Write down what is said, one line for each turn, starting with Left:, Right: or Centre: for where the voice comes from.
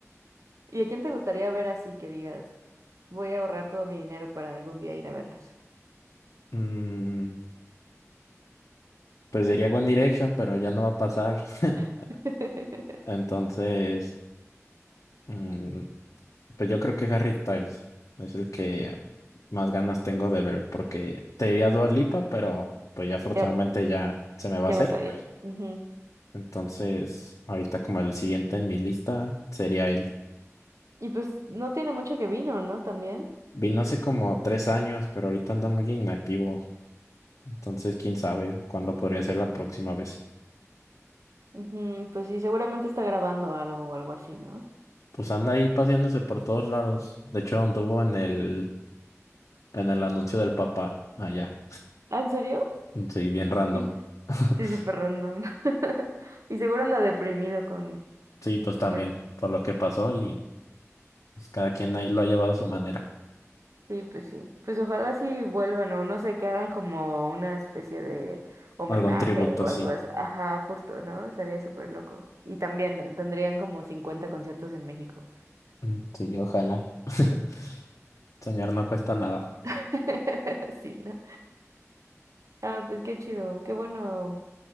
Right: ¿Y a quién te gustaría ver así que digas, voy a ahorrar todo mi dinero para algún día ir a verlos?
Left: Mm, pues diría One Direction, pero ya no va a pasar. <laughs>
Right: <laughs>
Left: Entonces, mm, pues yo creo que Harry Styles es el que más ganas tengo de ver, porque te diría Dua Lipa, pero pues ya afortunadamente
Right: Ya,
Left: ya se me va a
Right: ya
Left: hacer.
Right: vas a ir. Ujú.
Left: Entonces, ahorita como el siguiente en mi lista sería él.
Right: Y pues no tiene mucho que vino, ¿no? También.
Left: Vino hace como tres años, pero ahorita anda muy inactivo. Entonces, quién sabe cuándo podría ser la próxima vez.
Right: Ujú, Pues sí, seguramente está grabando algo o algo así, ¿no?
Left: Pues anda ahí paseándose por todos lados. De hecho, anduvo en el, en el anuncio del Papa allá.
Right: ¿Ah, ¿en serio?
Left: Sí, bien random.
Right: Y-
Left: <laughs>
Right: Sí, súper random. <laughs> Y seguro anda deprimido con...
Left: Sí, pues también,
Right: muerte.
Left: por lo que pasó y pues, cada quien ahí lo ha llevado a su manera.
Right: Sí, pues sí. Pues ojalá sí vuelvan o no sé, que hagan como una especie de homenaje
Left: Algún tributo,
Right: o
Left: sí.
Right: algo así. Ajá, justo, ¿no? Sería súper loco. Y también tendrían como 50 conciertos en México.
Left: Mm, Sí, ojalá. <laughs> Soñar no cuesta nada.
Right: <laughs> Sí, ¿no? Ah, pues qué chido. Qué bueno